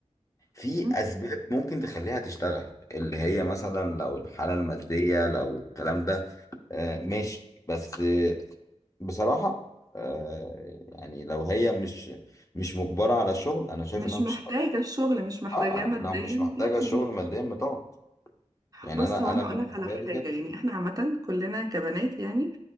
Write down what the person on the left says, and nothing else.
في
اسباب ممكن تخليها تشتغل اللي هي مثلا لو الحاله الماديه لو الكلام ده آه، ماشي بس بصراحة آه، يعني لو هي مش مش مجبرة على الشغل أنا شايف
إنها بتشتغل
آه
لو مش محتاجة
الشغل
ماديا بتقعد يعني
أنا
أنا
بالنسبة
لي كده